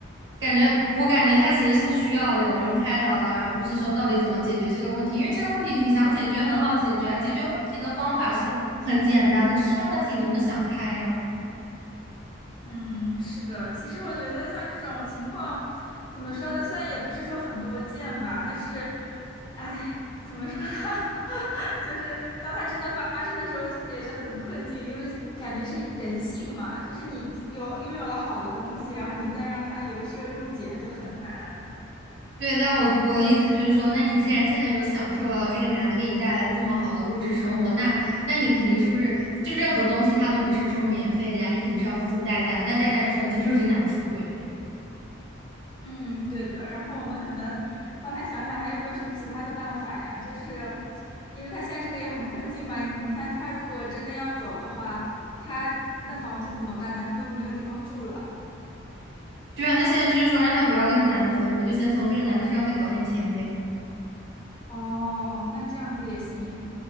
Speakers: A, on the right; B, on the left.
A: 感觉，我感觉他其实是需要有人开导的啊，而不是说到底怎么解决这个问题，因为这个问题你想解决很好解决啊，解决问题的方法是很简单的，就是看他自己能不能想开呀、
B: 嗯，是的，其实我觉得像这种情况，怎么说呢？虽然也不是说很多见吧，但是，哎，怎么说呢？<laughs> 就是当它真的发生的时候，其实也是很困境，因为感觉是人性嘛，就是你有拥有了好的东西，然后你再让它由奢入俭就很难。
A: 对，但我我的意思就是说，那你既然现在有享受到了这个男的给你带来的这么好的物质生活，那那你肯定是不是就任何东西它都不是说免费的呀？你肯定是要付出代价，那代价就是要接受这男的出轨呗。
B: 嗯，对的。然后我们可能帮他想想还有没有什么其他的办法呀？就是因为他现在这个也很困境嘛。你看他如果真的要走的话，他那房租怎么办呢？他都没有地方住了。
A: 对啊，那现在就是说让他不要跟这男的分呗，就先从这个男的身上再搞点钱呗。
B: 哦，那这样子也行。